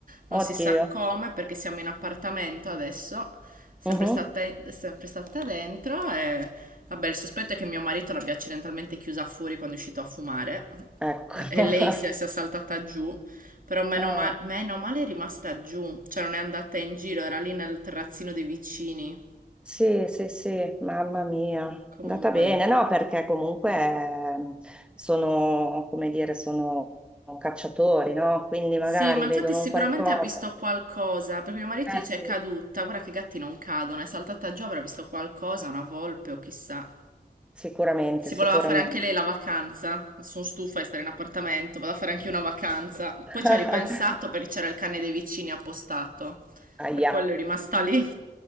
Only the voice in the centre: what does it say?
Oddio.
Mhm.
Ecco.
<laughs>
Ah.
Sì, sì, sì, mamma mia, è
andata bene, no, perché comunque ehm, sono, come dire, sono cacciatori, no? Quindi magari
vedono
un qualcosa.
Eh
sì,
sicuramente,
sicuramente.
<laughs>
Ahia.